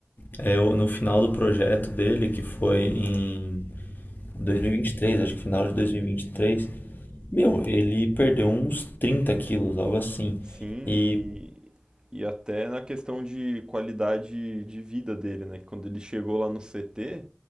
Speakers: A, on the left (about 50°); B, on the right (about 20°).
A: É, o- no final do projeto dele, que foi em dois mil e e vinte e três acho que final de dois mil e e vinte e três meu, ele perdeu uns 30 quilos, algo assim.
B: Sim,
A: E
B: e, e até na questão de qualidade de vida dele, né? Que Quando ele chegou lá no CT,